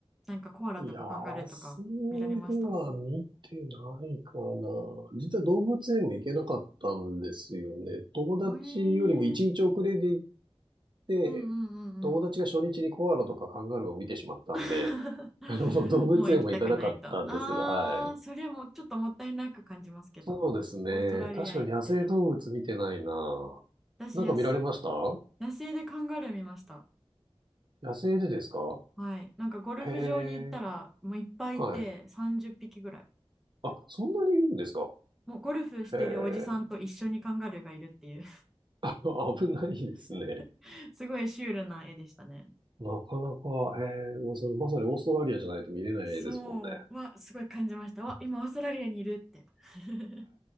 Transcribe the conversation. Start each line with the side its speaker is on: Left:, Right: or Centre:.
Centre: なんかコアラとかカンガルーとか見られました。
Right: 野生では見てないかな。実は動物園も行けなかったんですよね。友達よりも一日遅れで行っ
Centre: えー、
Right: て、
Centre: うんうんうんうん。
Right: 友達が初日にコアラとかカンガルーを見てしまったんで、
Centre: <laughs>
Right: あの、動物園も行かなかったんですけど、
Centre: もう行きたくないと。あー、
Right: はい。
Centre: それもちょっともったいなく感じますけど、
Right: そうですね。
Centre: オーストラリア行って、
Right: 確かに野生動物見てないな。
Centre: 私野生、
Right: なんか見られました野
Centre: 野生でカンガルー見ました。
Right: 生でですか
Centre: はい。なんかゴルフ場に行ったら、
Right: へえ、
Centre: もういっぱいいて30匹ぐらい。
Right: はい。あ、そんなにいるんですか
Centre: もうゴルフしてるおじさんと一緒にカンガルーがいるっていう
Right: へえ、<laughs> 危ないですね。
Centre: <laughs> すごいシュールな絵でしたね。
Right: なかなか、へえ、もうそれまさにオーストラリアじゃないと見れないですもんね。
Centre: そうはすごい感じました。わ、今オーストラリアにいるって。<laughs>